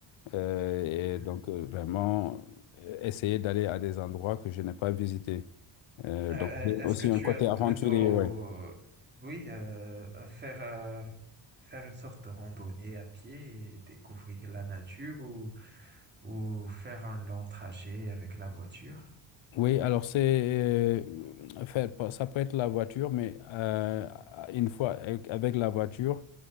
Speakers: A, on the left; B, on the right.
A: euh,
B: Mhm.
A: et donc, euh, vraiment, euh, essayer d'aller à des endroits que je n'ai pas visités. Euh,
B: Euh, euh,
A: donc, j'ai
B: est-ce
A: aussi
B: que tu
A: un côté
B: aimes
A: aventurier,
B: plutôt,
A: ouais.
B: oui, euh, faire, euh, faire une sorte de randonnée à pied et découvrir la nature ou, ou faire un long trajet avec la voiture,
A: Oui, alors c'est, euh, enfin, pas- ça peut être la voiture, mais euh, une fois avec avec la voiture,